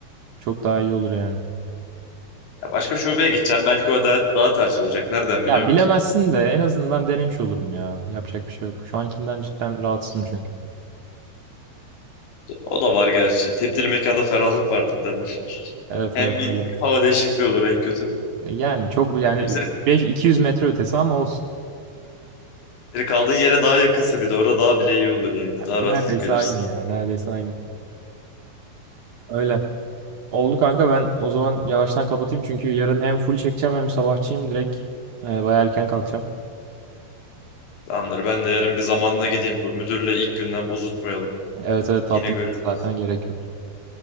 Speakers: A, on the right (about 65°); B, on the left (about 85°).
A: çok daha iyi olur yani.
B: Ya başka şubeye gideceğim. Belki o daha, daha ters olacak. Nereden biliyorsun
A: Ya bilemezsin
B: ki?
A: de en azından denemiş olurum ya yapacak bir şey yok. Şu ankinden cidden rahatsızım çünkü.
B: O da var gerçi. Tebdili mekanda ferahlık vardır derler.
A: Evet
B: Hem
A: evet
B: bir
A: öyle.
B: hava değişikliği olur en kötü.
A: Yani çok yani
B: Hem senin,
A: 5 200 metre ötesi ama olsun.
B: senin kaldığın yere daha yakınsa bir de orada daha bile iyi olur yani.
A: Yani
B: Daha rahat
A: neredeyse
B: gidip gelirsin.
A: aynı ya. Neredeyse aynı. Öyle. Oldu kanka ben o zaman yavaştan kapatayım çünkü yarın hem full çekeceğim hem sabahçıyım direkt. E, bayağı erken kalkacağım.
B: Tamamdır. Ben de yarın bir zamanla gideyim. Bu müdürle ilk günden bozuşmayalım.
A: Evet evet tatlı
B: Yine görüşürüz.
A: zaten gerek yok.